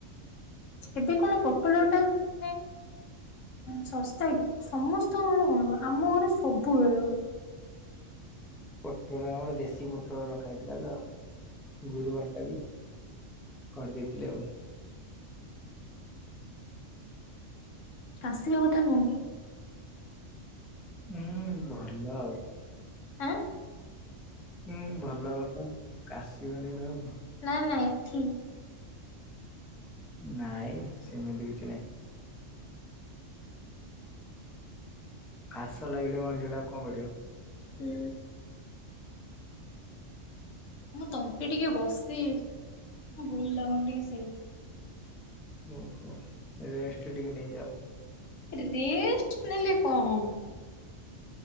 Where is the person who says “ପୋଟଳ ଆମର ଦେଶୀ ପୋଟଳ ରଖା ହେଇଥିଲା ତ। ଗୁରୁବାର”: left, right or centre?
Centre